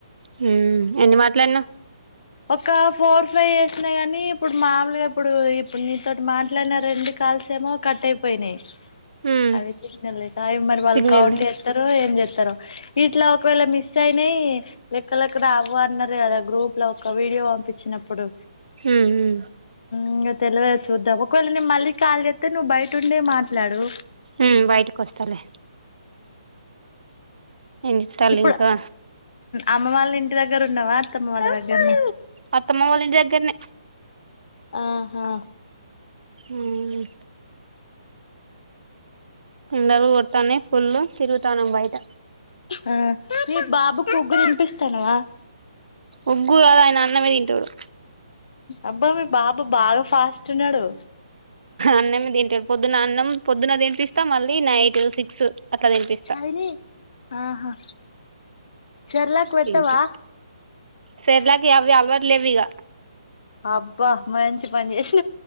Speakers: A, on the right; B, on the left.
A: హ్మ్ ఎన్ని మాట్లాడిన
B: ఒక ఫోర్ ఫైవ్ యస్నా కానీ ఇప్పుడు మామూలుగా ఇప్పుడు ఇప్పుడు నీతోటి మాట్లాడిన రెండు కాల్స్ ఏమో కట్ అయిపోయినాయి
A: ఉమ్
B: అవి చిక్న లేకా అయి వాళు
A: సిగ్నల్
B: కౌంట్
A: లేదు
B: చెస్తారో ఏం చెస్తార్ ఇట్లా ఒకవేళ మిస్ అయినాయి లెక్కలక్ రావు అన్నారు కదా గ్రూప్ లోక వీడియో పిచినప్పుడు
A: ఉమ్ ఉమ్
B: ఇంగ తెలివద్ చూద్దాము మళ్ళీ కాళ్ఏతే నువ్వు బయటండే మాట్లాడు
A: ఉమ్ బయటకి వస్తాలే ఏం చెత్తాలు
B: ఇప్పుడు
A: ఇంకా
B: అమ్మ వాళ్ళ దగ్గ ఉన్నావా అత్తమ్మ వాళ్ళ దగ్గర్న
A: అత్తమ్మావాలింటి దగ్గర్నే
B: ఆహా
A: మ్ ఎండలు కొడతాన్నయ్ ఫుల్ తిరుగుతానం బయట
B: ఆ మీ బాబుకు ఉగ్గు తిన్పిస్తానవా
A: ఉగ్గు గాద్ ఆయన అన్నమే తింటడు
B: అబ్బా మీ బాబు బాగ ఫాస్ట్ ఉన్నడు
A: అన్నమే తింటాడ్ పొద్దున అన్నం పొద్దున తినిపిస్తా మళ్ళీ నైట్ సిక్స్ అట్లా తినిపిస్తా
B: చైని ఆహా చెర్లక్ వెట్టవా
A: తింటా సెర్లాకి అవ్వి అలవాట్లేవ్ ఇగ
B: అబ్బా మంచి పన్ చేష్